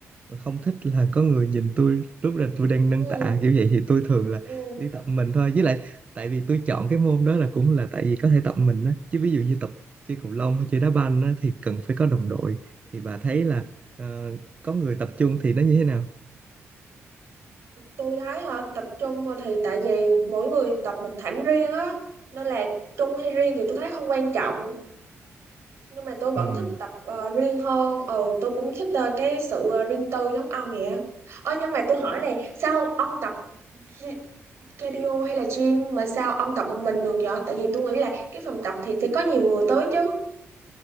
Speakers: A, on the right (about 25°); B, on the right (about 55°).
A: ờ, không thích là có người nhìn tôi lúc là tôi đang nâng
B: ừ,
A: tạ kiểu vậy thì tôi thường là
B: ừ.
A: đi tập mình thôi với lại tại vì tôi chọn cái môn đó là cũng là tại vì có thể tập mình á chứ ví dụ như tập chơi cầu lông hay chơi đá banh á, thì cần phải có đồng đội thì bà thấy là ờ, có người tập chung thì nó như thế nào
B: tôi thấy họ tập trung thì tại vì mỗi người tập một thảm riêng á nên là chung hay riêng thì tôi thấy không quan trọng nhưng mà tôi vẫn
A: ừ
B: thích tập ờ, riêng hơn ừ tôi cũng thích ờ, cái sự ờ, riêng tư giống ông vậy á ơ nhưng mà tôi hỏi này sao ông tập ri- cardio hay là gym mà sao ông tập một mình được vậy tại vì tôi nghĩ là cái phòng tập thì sẽ có nhiều người tới chứ